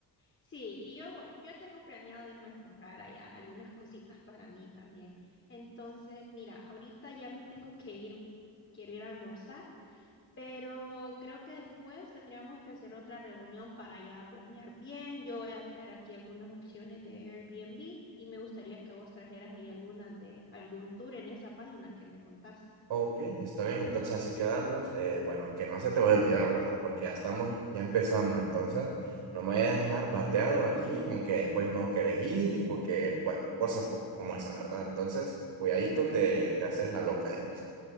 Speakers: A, on the left; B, on the right.
A: Sí, y yo, bueno, yo tengo planeado irme a comprar allá algunas cositas para mí también. Entonces, mira, ahorita ya me tengo que ir, quiero ir a almorzar, Pero creo que después tendríamos que hacer otra reunión para ya planear bien. Yo voy a traer aquí algunas opciones de Airbnb y me gustaría que vos trajeras ahí algunas de algún tour en esa página que me contaste.
B: Ok, está bien, entonces así quedamos. Eh, bueno, que no se te va a olvidar, ¿verdad? Porque ya estamos, ya empezamos, entonces no me voy a dejar bateado aquí
A: <laughs>
B: con que después no querés ir, y porque, bueno, cosas como, como esa, ¿verdad? Entonces, cuidadito, te, te haces la loca después.